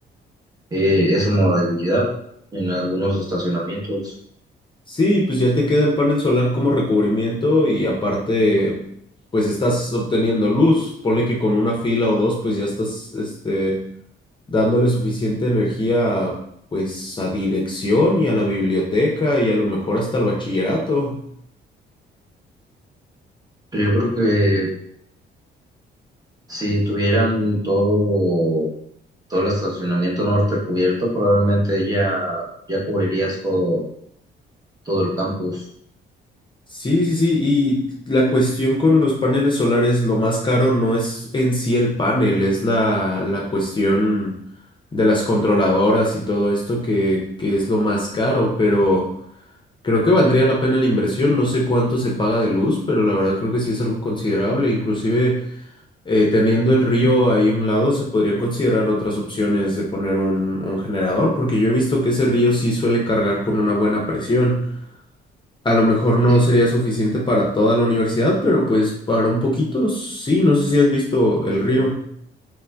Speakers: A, on the right; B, on the left.
A: eh, esa modalidad, en algunos estacionamientos.
B: Sí, pues ya te queda el panel solar como recubrimiento y aparte, pues estás obteniendo luz. Ponle que con una fila o dos, pues ya estás, este... dándole suficiente energía a, pues a dirección y a la biblioteca y a lo mejor hasta el bachillerato.
A: Pero yo creo que si tuvieran todo, todo el estacionamiento norte cubierto, probablemente ya, ya cubrirías todo, todo el campus.
B: Sí, sí, sí, y la cuestión con los paneles solares, lo más caro no es en sí el panel, es la, la cuestión de las controladoras y todo esto que, que es lo más caro, pero creo que valdría la pena la inversión, no sé cuánto se paga de luz, pero la verdad creo que sí es algo considerable, inclusive... Eh, teniendo el río ahí a un lado, se podrían considerar otras opciones de poner un, un generador, porque yo he visto que ese río sí suele cargar con una buena presión. A lo mejor no
A: Sí,
B: sería suficiente para toda la universidad, pero pues para un poquito sí, no sé si has visto el río.